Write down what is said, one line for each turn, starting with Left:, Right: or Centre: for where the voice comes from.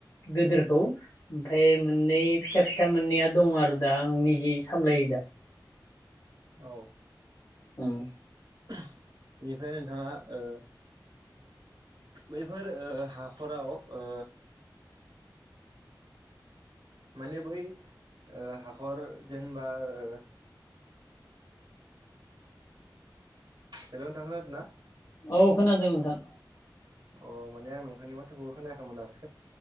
Left: गोदोरखौ ओमफाय मोननै फिसा फिसा मोननैया दं आरो दा आं निजे सामलायो दा।
Right: औ
Left: उम
Right: <unintelligible> इनिफ्राय नोंथाङा ओ बैफोर ओ हाखराव ओ माने बै ओ हाखर जेनबा ओ हेलौ नोथां खोनादोना?
Left: औ खोनादों नोंथां।
Right: अ माने आं नोंथांनि माथोखौबो खोनायाखैमोन दास